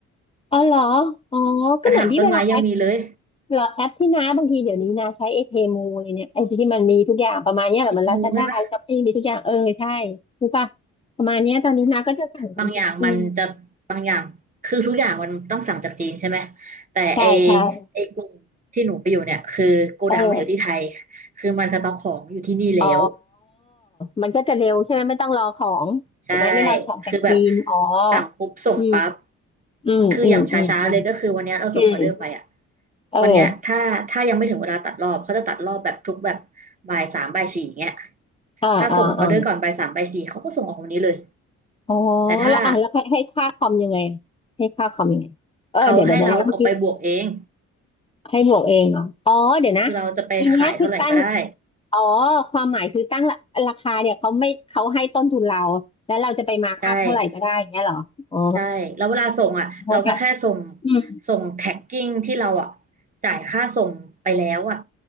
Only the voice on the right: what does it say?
กระถางต้นไม้ยังมีเลย
งูใช่ไหม
บางอย่างมันจะบางอย่างคือทุกอย่างมันต้องสั่งจากจีนใช่ไหมแต่ไอ
ไอกลุ่มที่หนูไปอยู่เนี่ยคือโกดังมันอยู่ที่ไทย
คือมันสต็อกของอยู่ที่นี่แล้ว
ใช่ คือแบบสั่งปุ๊บส่งปั๊บ
คืออย่างช้าๆเลยก็คือวันเนี้ยเราส่งออเดอร์ไปอ่ะ
วันเนี้ยถ้าถ้ายังไม่ถึงเวลาตัดรอบเขาจะตัดรอบแบบทุกแบบบ่ายสามบ่ายสี่อย่างเงี้ย
ถ้าส่งออเดอร์ก่อนบ่ายสามบ่ายสี่เขาก็ส่งออกวันนี้เลย
แต่ถ้า
เขาให้เราเอาไปบวกเอง
คือเราจะไปขายเท่าไหร่ก็ได้
ใช่
ใช่แล้วเวลาส่งอ่ะเราก็แค่ส่ง
ส่งแท็กกิ้งที่เราอ่ะจ่ายค่าส่งไปแล้วอ่ะ